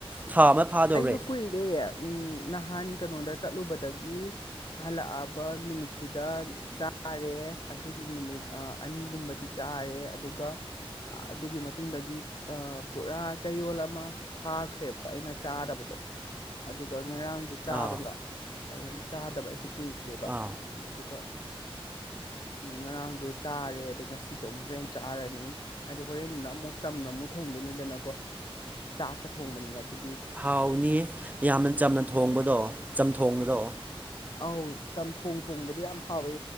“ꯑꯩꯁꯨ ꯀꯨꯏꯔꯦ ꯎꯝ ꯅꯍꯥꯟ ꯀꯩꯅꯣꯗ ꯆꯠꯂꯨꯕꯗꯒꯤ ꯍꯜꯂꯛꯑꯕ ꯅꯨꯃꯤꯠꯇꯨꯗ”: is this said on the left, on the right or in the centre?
Left